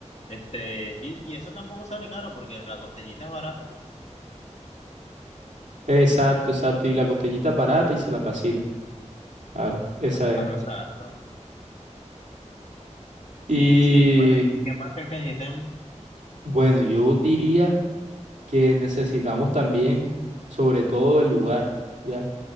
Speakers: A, on the left (about 65°); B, on the right (about 85°).
A: este, y, y eso tampoco sale caro porque la costeñita es barata.
B: Exacto, exacto. Y la costeñita es barata y se la vacila. Claro, esa
A: Claro,
B: es.
A: exacto.
B: Y
A: Sí, sí. Bueno, ¿y qué más crees que necesitemos?
B: bueno, yo diría que necesitamos también, sobre todo, el lugar, ¿ya?